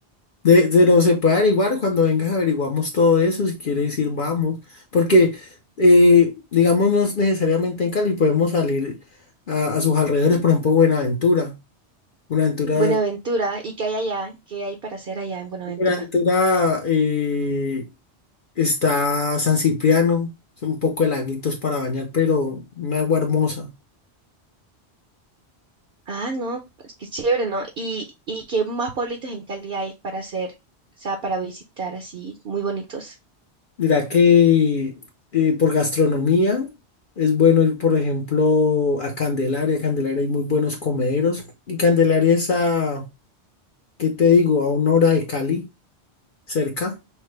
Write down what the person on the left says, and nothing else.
De, de no separar, igual cuando vengas averiguamos todo eso, si quieres decir vamos, porque eh, digamos no es necesariamente en Cali, podemos salir a, a sus alrededores, por ejemplo, Buenaventura. Buenaventura,
Buenaventura eh, está San Cipriano, son un poco de laguitos para bañar, pero una agua hermosa.
Mira que eh, por gastronomía es bueno ir, por ejemplo, a Candelaria. Candelaria hay muy buenos comederos y Candelaria es a ¿qué te digo? A una hora de Cali, cerca.